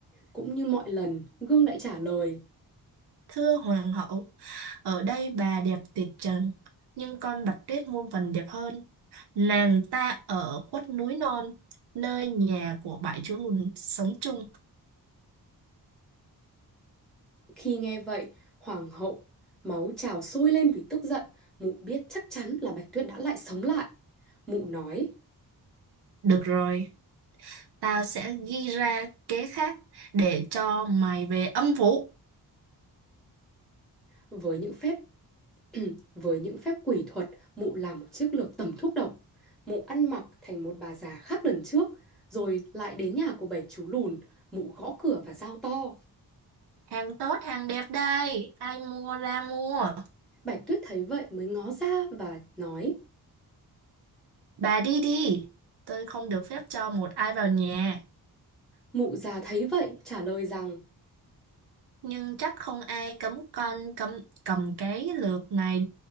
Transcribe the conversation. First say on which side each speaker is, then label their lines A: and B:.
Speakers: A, in the centre; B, on the right.
A: Cũng như mọi lần, gương lại trả lời,
B: Thưa hoàng hậu, ở đây bà đẹp tuyệt trần, nhưng con Bạch Tuyết muôn phần đẹp hơn. Nàng ta ở khuất núi non, nơi nhà của bảy chú lùn sống chung.
A: Khi nghe vậy, hoàng hậu máu trào sôi lên vì tức giận, mụ biết chắc chắn là Bạch Tuyết đã lại sống lại. Mụ nói,
B: Được rồi, tao sẽ ghi ra kế khác để cho mày về âm phủ.
A: với những phép <clears throat> với những phép quỷ thuật, mụ làm một chiếc lược tẩm thuốc độc. Mụ ăn mặc thành một bà già khác lần trước, rồi lại đến nhà của bảy chú lùn, mụ gõ cửa và giao to.
B: Hàng tốt, hàng đẹp đây, ai mua ra mua.
A: Bạch Tuyết thấy vậy mới ngó ra và nói,
B: Bà đi đi, tôi không được phép cho một ai vào nhà.
A: mụ già thấy vậy trả lời rằng
B: Nhưng chắc không ai cấm con cầm, cầm cái lược này